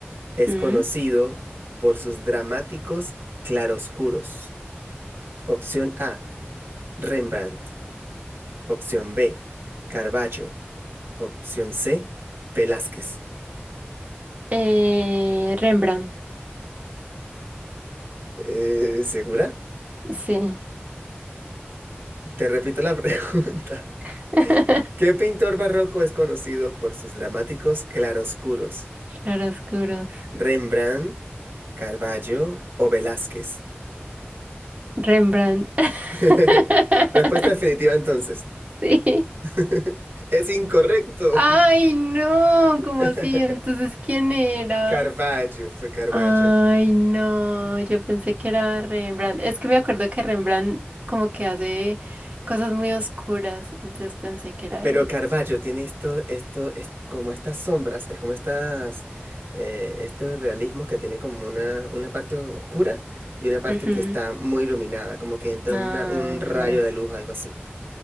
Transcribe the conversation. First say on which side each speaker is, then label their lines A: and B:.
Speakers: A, on the right (about 55°); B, on the right (about 35°).
A: es
B: ¿Mm?
A: conocido por sus dramáticos claroscuros? Opción A, Rembrandt. Opción B, Carballo. Opción C, Velázquez.
B: Eh, Rembrandt,
A: Eh, ¿segura?
B: sí.
A: Te repito la <laughs> pregunta.
B: <laughs>
A: ¿Qué pintor barroco es conocido por sus dramáticos claroscuros?
B: Claroscuros.
A: ¿Rembrandt, Carballo o Velázquez?
B: Rembrandt. <laughs>
A: <laughs> Respuesta definitiva entonces.
B: Sí.
A: <laughs> Es incorrecto.
B: Ay, no,
A: <laughs>
B: ¿cómo así? Entonces, ¿quién era?
A: Carballo, fue Carballo.
B: Ay, no, yo pensé que era Rembrandt. Es que me acuerdo que Rembrandt como que hace cosas muy oscuras, entonces pensé que era
A: Pero
B: él.
A: Caravaggio tiene esto, esto, es como estas sombras, es como estas, eh, estos realismos que tiene como una, una parte oscura y una parte
B: Ujú.
A: que está muy iluminada, como que entra
B: Ah,
A: una- un rayo
B: ya.
A: de luz, algo así.